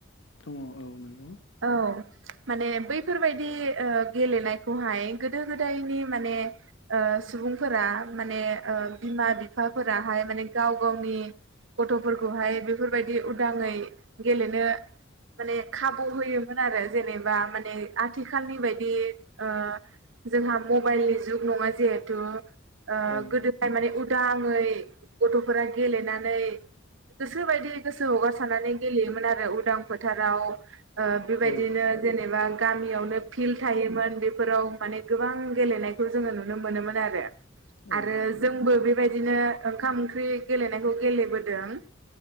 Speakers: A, on the left; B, on the right.
A: दङ औ नांगौ।
B: औ माने बैफोरबायदि ओ गेलेनायखौहाय गोदो- गोदायनि माने ओ। सुबुंफोरा माने ओ बिमा-बिफाफोराहाय माने गाव-गावनि। गथ'फोरखौहाय बेफोरबायदि उदाङै गेलेनो। माने खाबु होयोमोन आरो जेनेबा माने आथिखालनि बायदि ओ। जोंहा मबाइलनि जुग नङा जिहेतु। ओ
A: औ
B: गोदो-गोदाय माने उदाङै गथ'फोरा गेलेनानै। गोसो बायदि गोसो हगारसारनानै गेलेयोमोन आरो उदां फोथाराव। ओ बेबायदिनो
A: औ
B: जेनेबा गामियावनो फिल्ड थायोमोन बे‌‌। फोराव माने गोबां गेलेनायखौ जोङो नुनो मोनोमोन आरो-आरो
A: औ नंगौ
B: जोंबो बेबायदि। बिदिनो ओंखाम-ओंख्रि गेलेनायखौ गेलेबोदों।